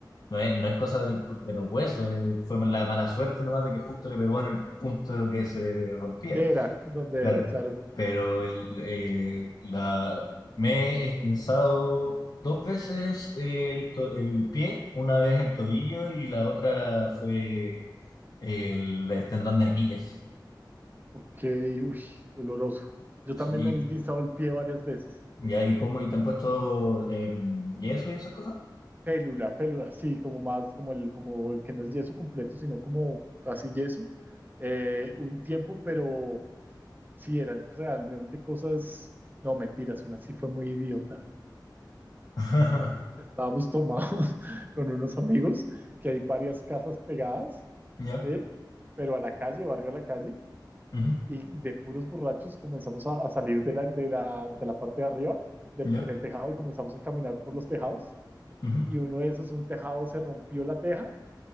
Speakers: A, on the left; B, on the right.
A: no es, no es cosa del- de los huesos, eh, fue la mala suerte nomás de que justo le pegó en el punto que se rompía
B: ¿Qué era? ¿Dónde
A: claro.
B: era? Claro.
A: Pero el, eh, la, me he esguinzado dos veces el, to- el pie, una vez el tobillo y la otra fue el tendón de Aquiles.
B: Ok, uy, doloroso. Yo
A: Sí.
B: también me he esguinzado el pie varias veces.
A: ¿Y ahí cómo? ¿Y te han puesto em, yeso y esas cosas?
B: Félula, félula, sí, como más, como el, como el que no es yeso completo, sino como casi yeso. Eh, un tiempo, pero sí eran realmente cosas, no, mentiras, una sí fue muy idiota.
A: <laughs>
B: Estábamos tomados <laughs> con unos amigos, que hay varias casas pegadas,
A: Ya,
B: ¿sí? Pero a la calle, barrio a la calle
A: ujú,
B: y de puros borrachos comenzamos a, a salir de la, de la, de la parte de arriba, del,
A: ya,
B: en el tejado, y comenzamos a caminar por los tejados.
A: ujú,
B: Y uno de esos, un tejado, se rompió la teja